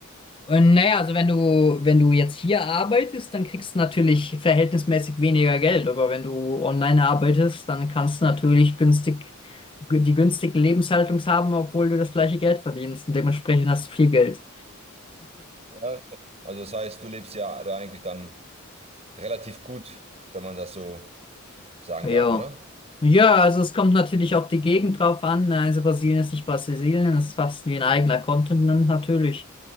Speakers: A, on the left; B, on the right.
A: Und naja, also wenn du, wenn du jetzt hier arbeitest, dann kriegst du natürlich verhältnismäßig weniger Geld. Aber wenn du online arbeitest, dann kannst du natürlich günstig, die günstigen Lebenshaltungs haben, obwohl du das gleiche Geld verdienst. Und dementsprechend hast du viel Geld.
B: Ja, stimmt. Also das heißt, du lebst ja da eigentlich dann relativ gut, wenn man das so sagen
A: Ja.
B: darf, oder?
A: Ja, also es kommt natürlich auf die Gegend drauf an. Also Brasilien ist nicht Brasilien, es ist fast wie ein eigener Kontinent natürlich.